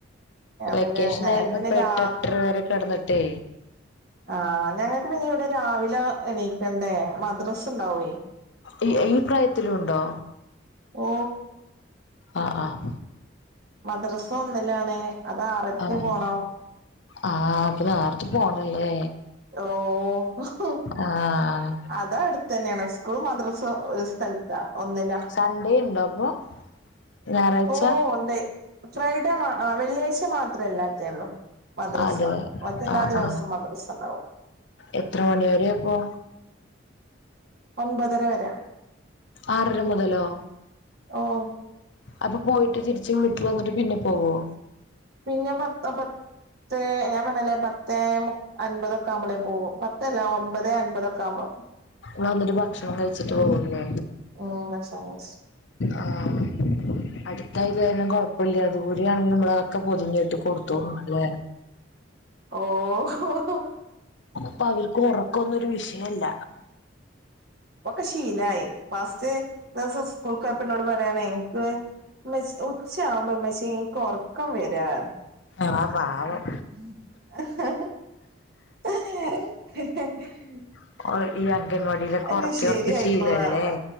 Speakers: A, on the left (about 65°); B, on the right (about 50°).
A: വെക്കേഷനായിരുന്നപ്പ
B: പിന്നെ ഞങ്ങൾക്ക് പിന്നെ രാ
A: എട്ടെട്ടര വരെ കെടന്നിട്ടേ
B: ആഹ് ഞങ്ങക്ക് പിന്നെ ഇവിടെ രാവിലെ എണീക്കണ്ടേ മദ്രസ്ണ്ടാവേ
A: ഈ ഈ പ്രായത്തിലുണ്ടോ
B: ഓ
A: ആഹ് ആഹ്
B: മദ്രസ ഒന്നില്ലാണ് അതാറരക്ക്
A: ആഹ്
B: പോണം
A: ആഹ് അപ്പൊ നേർത്തെ പോണല്ലേ
B: ഓഹ് ഒഹോ
A: ആഹ്
B: അടുത്തന്നെയാണ് സ്കൂളും മദ്രസ ഒര്സ്ഥലത്താ ഒന്നിലാ
A: സൺ‌ഡേയ്ണ്ടോപ്പൊ ഞായറാഴ്ച്ച
B: ഓ ഉണ്ട് ഫ്രൈഡേ മാ വെള്ളിയാഴ്ച മാത്രേല്ലാത്തോള്ളൂ മദ്രസ
A: അതെ
B: ബാക്കിയെല്ലാ
A: ആഹ്
B: ദിവസവും
A: ആഹ്
B: മദ്രസണ്ടാവും
A: എത്ര മണി വരെയാപ്പൊ
B: ഒൻപതര വരെ
A: ആറര മുതലോ
B: ഓ
A: അപ്പൊ പോയിട്ട് തിരിച്ച് വീട്ടില് വന്നിട്ട് പിന്നെ പോവോ
B: പിന്നെ പത്ത് പ ത്തേ ഞാൻ പറഞ്ഞില്ലേ പത്തേമു അൻപതൊക്കാവുമ്പളേ പോകു പത്തല്ല ഒൻ ൻപതേ അൻപതൊക്കാവുമ്പം
A: വന്നിട്ട് ഭക്ഷണം കഴിച്ചിട്ട് പോകുംലേ
B: ഉം ഭക്ഷണം
A: ആഹ് അടുത്തായത് കാരണം കൊഴപ്പില്ല ദൂരെയാണെങ്കിൽ നമ്മള് ഒക്കെ പൊതിഞ്ഞ്കെട്ടി കൊടുത്തുവിടണംല്ലെ
B: ഓഹോ ഹോ
A: അപ്പവ്ര്ക്ക് ഒറക്കൊന്നൊരു വിഷയല്ല.
B: ഒക്കെ ശീലായി ഫസ്റ്റ് ദവസം സ്കൂൾക്കപ്പ ന്നോട് പറയാണ എനിക്ക്, <unintelligible> ഉച്ച ആകുമ്പോ മ്മച്ചി ന്ക്ക് ഉറക്കം വരാ. <inaudible>
A: ആഹ് പാവം
B: <inaudible>
A: <unintelligible> ഈ അംഗൻവാടിയിലൊക്കെ
B: ഇനി
A: ഒറക്കി
B: ശരിയായിക്കോളും
A: ഒറക്കി ശീലല്ലേ.
B: പറഞ്ഞ്